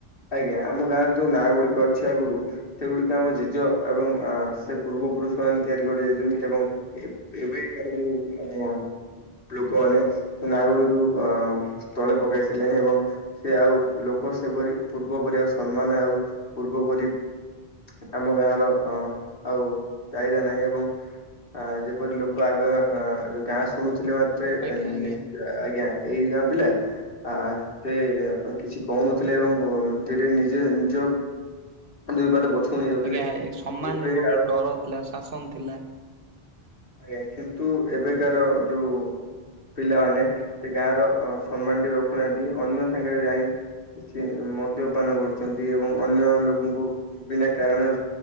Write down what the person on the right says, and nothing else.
ଆଜ୍ଞା ଆଜ୍ଞା
ଆଜ୍ଞା ସମାନ
ଏବଂ
ଡର ଥିଲା ଶାସନ୍ ଥିଲା।